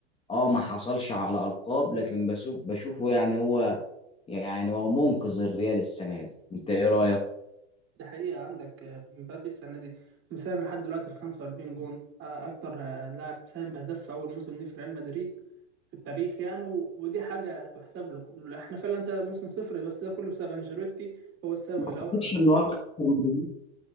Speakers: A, on the left (about 15°); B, on the right (about 35°).
A: اه ما حصلش على ألقاب لكن بشوف بشوفه يعني هو يعني هو منقذ الريال السنة دي انت ايه رأيك؟ ما
B: دي حقيقة عندك آه، مبابي السنة دي مساهم لحد دلوقتي في 45 جون آه، اكتر آه، لاعب ساهم بهدف في اول موسم ليه في ريال مدريد في التاريخ يعني و- ودي حاجة تحسب له احنا فعلا انت موسم صفر بس ده كله بسبب انشيلوتي هو السبب الاول
A: اعتقدش
B: والاخير
A: انه اكتر من رونالدو